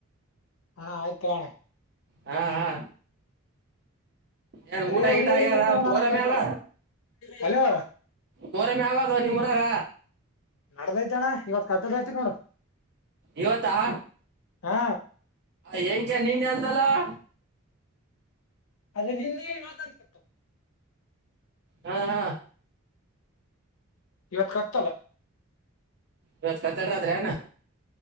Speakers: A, on the left (about 75°); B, on the right (about 55°).
A: ಹಾ ಆಯ್ತ ತುಗಾಣ್ಣಾ
B: ಹಾ ಹಾ ಏನ್
A: ಬರೀ
B: ಊಟ
A: ಹುಡುಗಿಯರಿಗೆ
B: ಗೀಟ ಆಗ್ಯದ
A: ನೋಡ್ತಾನ
B: ಮೋರಮ್ಮೆ ಆವ
A: ಹಲೋ
B: ಮೋರಮ್ಮೆ ಆವಾದ ನಿಮ್ಮೂರಾಗ
A: ಅಣ್ಣ ಕತ್ರೆಐತಿ ನೋಡು
B: ಇವತ್ತಾ
A: ಹಾ
B: ವೆಂಕ್ಯ ನೀನೇ ಅದೆಲ್ಲವೊ
A: ಆದದ್ರೆ ನಿನ್ನೆ ಯ ತಾರಕ ಇತ್ತು
B: ಹಾ ಹಾ
A: ಇವತ್ ಕತಲ್ಲ
B: ಇವತ್ತ ಕತ್ತಲ ರಾತ್ರಿ ಏನ